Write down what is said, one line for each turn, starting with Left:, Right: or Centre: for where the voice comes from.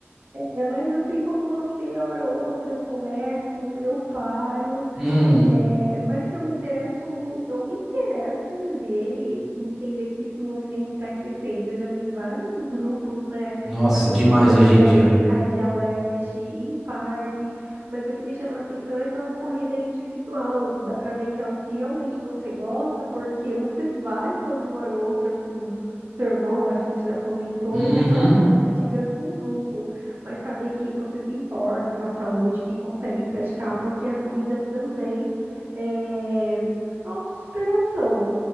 Right: É, mas assim como você, hora ou outra, eu começo, eu paro.
Centre: Hum,
Right: É, mas eu me interesso, mu- eu me interesso em ver e entender que esse movimento está crescendo. Eu já vi vários grupos, né,
Centre: nossa,
Right: das pessoas
Centre: demais
Right: correndo
Centre: hoje em
Right: ali
Centre: dia.
Right: em Radial Leste, em parque, mas o que me chama a atenção é essa corrida individual. Dá para ver que é algo que realmente você gosta, porque você vai sozinho hora ou outra com seu irmão, acho que você já comentou,
Centre: Uhum.
Right: e naquelas fotos antigas com grupo mas saber que você se importa com a saúde, que consegue praticar, porque a corrida também é, autossuperação.